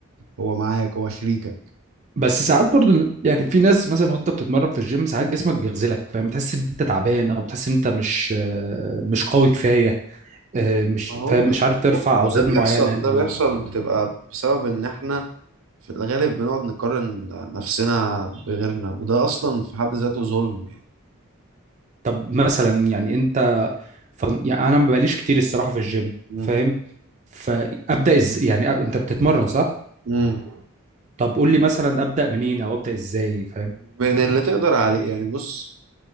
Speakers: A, on the right; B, on the right.
A: هو معاك هو شريكك
B: بس ساعات برضو ال- يعني في ناس مثلا وانت بتتمرن في الجيم ساعات جسمك بيغزلك فاهم تحس ان انت تعبان او بتحس ان انت مش آه، مش قوي كفايه آه، مش
A: ما هو
B: فاهم مش عارف ترفع
A: هو
B: اوزان
A: ده بيحصل
B: معينه آه،
A: ده بيحصل بتبقى بسبب ان احنا في الغالب بنقعد نقارن نفسنا بغيرنا وده اصلا في حد ذاته ظلم
B: طب مثلا يعني انت ف... يعني انا ما بقاليش كتير الصراحه في الجيم
A: مم.
B: فاهم فابدا از... يعني أب... انت بتتمرن صح
A: مم.
B: طب قول لي مثلا ابدا منين او ابدا ازاي فاهم
A: من اللي تقدر عليه يعني بص